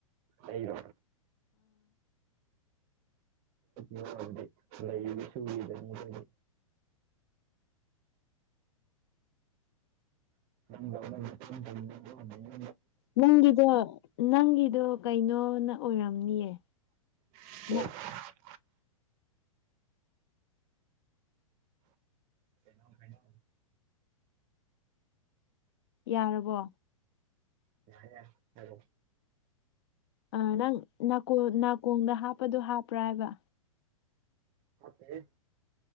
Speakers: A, on the right (about 35°); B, on the left (about 50°).
A: ꯍꯔꯣ ꯍ ꯋꯥꯝꯗꯤ ꯂꯩꯗꯤ ꯁꯨꯕꯤꯗꯅꯤꯅꯤ <unintelligible>
B: ꯅꯪꯒꯤꯗꯣ ꯅꯪꯒꯤꯗꯣ ꯀꯩꯅꯣꯅ ꯑꯣꯏꯔꯝꯅꯤꯌꯦ
A: <unintelligible>
B: ꯅ
A: ꯀꯩꯅꯣꯝ ꯀꯩꯅ
B: ꯌꯥꯔꯕꯣ
A: ꯌꯥ ꯍꯗꯣ
B: ꯑ ꯅꯪꯀꯣꯡ ꯅꯥꯀꯣꯡꯗ ꯍꯥꯞꯄꯗꯣ ꯍꯥꯞꯄ꯭ꯔꯥ ꯍꯥꯏꯕ
A: ꯃꯥꯠꯇꯦ